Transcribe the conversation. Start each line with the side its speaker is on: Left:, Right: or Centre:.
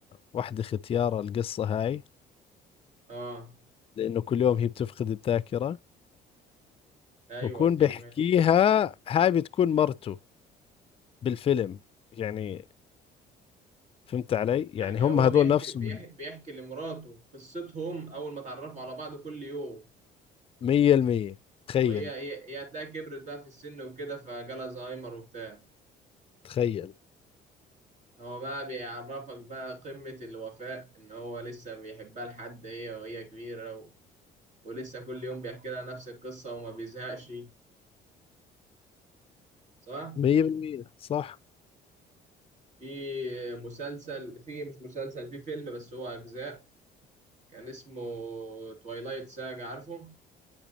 Left: لوحدة ختيار القصة هاي
Right: آه
Left: لأنه كل يوم هي بتفقد الذاكرة
Right: أيوه
Left: بكون
Right: قلت
Left: بحكيها
Right: لي ماشي
Left: هاي بتكون مرته بالفيلم يعني فهمت علي يعني
Right: يعني
Left: هم
Right: هو
Left: هذول
Right: بيحكي
Left: نفسهم
Right: بيحكي, بيحكي لمراته قصتهم أول ما اتعرفوا على بعض كل يوم
Left: مية المية تخيل
Right: وهي هي, هي هتلاقيها كبرت بقى في السن وكده فجالها زهايمر وبتاع
Left: تخيل
Right: هو بقى بيعرفك بقى قمة الوفاء إن هو لسه بيحبها لحد هي وهي كبيرة و... ولسه كل يوم بيحكي لها نفس القصة وما بيزهقش صح؟
Left: مية بالمية صح
Right: في مسلسل في مش مسلسل في فيلم بس هو أجزاء كان اسمه تويلايت ساجا عارفه؟